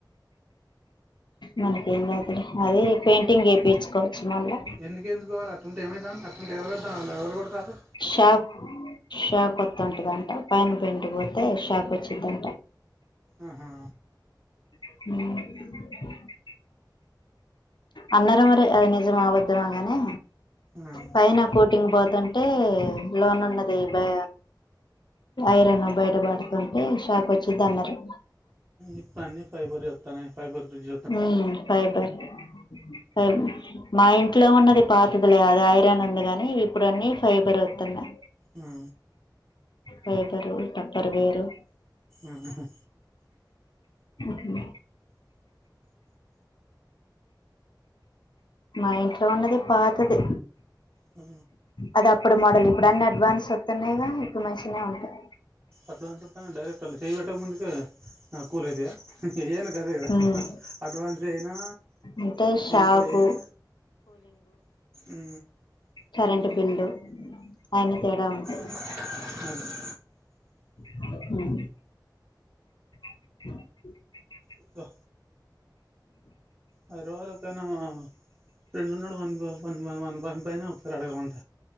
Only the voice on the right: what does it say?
ఎందుకు ఏపిచ్చుకోవాలి అట్లా ఉంటే ఏమైతాంది అట్లా ఉంటే ఎవలద్దా ఎవలు కొడతాల్లు
ఆహా
ఆ
ఇప్పుడు అన్ని ఫైబర్ ఏ అత్తన్నై ఫైబర్ ఫ్రిడ్జ్
ఆ
ఉహు
ఉ
అడ్వాన్స్ ఒత్తున్నై డైరక్ట్ అల్ల చేయి పెట్టక ముందుకే కూల్ అయితయా ఏవైనా గదే గా
అడ్వాన్స్ అయినా
ఇప్పుడు ఏ ఉ
అది
ఇంకా హైదరాబాద్ల ఒక్కణ్ణే ఫ్రెండు ఉన్నడు వాన్ని తో వాన్ని పంపైన ఒకసారి అడగమంట